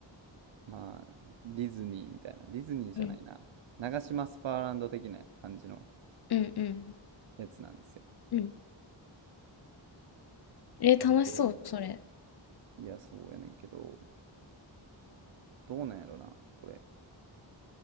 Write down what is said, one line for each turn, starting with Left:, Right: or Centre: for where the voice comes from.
Right: まあ、ディズニーみたいな。ディズニーじゃないな。
Left: うん、
Right: 長島スパーランド的な感じの
Left: うん、うん。
Right: やつなんですよ。
Left: うんえー、
Right: けど、
Left: 楽しそう、それ。
Right: いや、そうやねんけど、どうなんやろな、これ。